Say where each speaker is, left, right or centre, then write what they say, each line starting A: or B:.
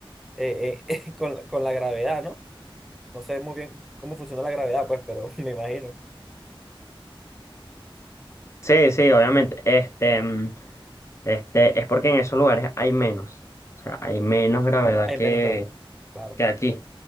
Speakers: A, in the centre; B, on the left.
A: eh, eh, <laughs> con, la- con la gravedad, ¿no? No sé muy bien cómo funciona la gravedad, pues, pero <laughs> me imagino.
B: Sí, sí, obviamente. Este, mm, este, es porque en esos lugares hay menos. O sea, hay menos gravedad
A: Hay
B: que,
A: menos gravedad, claro.
B: que aquí.